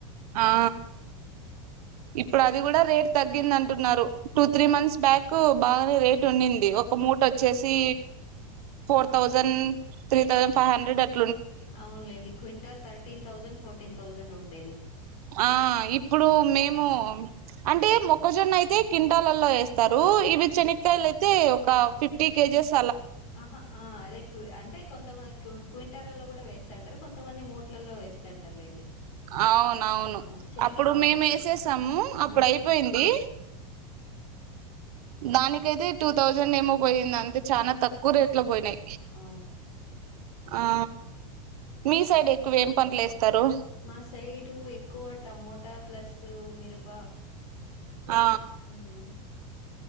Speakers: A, on the right; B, on the left.
A: ఆ ఇప్పుడు అది కూడా రేట్ తగ్గింది అంటున్నారు టూ త్రీ మంత్స్ బ్యాక్ బాగానే రేట్ ఉందింది ఒక మూట్ వచ్చేసి ఫోర్
B: ఆ
A: thousand three thousand five hundred అట్లా
B: అవునులేండి quintal thirteen thousand fourteen thousand ఉండేది
A: ఆ ఇప్పుడు మేము అంటే మొక్కజొన్న అయితే కింటాలలో వేస్తారు ఇవి శనక్కయలు అయితే ఒక ఫిఫ్టీ కేజీస్
B: ఆహా ఆ అదే అంటే కొంతమంది క్వింటాలలో కూడా వేస్తంటారు కొంతమంది మూట్లలో వేస్తంటారులేండి
A: అవునవును
B: ఆ చెనిగిట్ల
A: అప్పుడు మేము వేసేసాము అప్పుడు
B: ఉమ్
A: అయిపోయింది దానికైతే టూ థౌజండ్ ఏమో పోయింది అంటే చాలా తక్కువ రేట్ లో పోయినాయి
B: ఆ
A: ఆ మీ సైడ్ ఎక్కువ ఏం పంటలు వేస్తారు
B: మా సైడు ఎక్కువ టమోటా ప్లస్ మిరప
A: ఆ
B: ఉమ్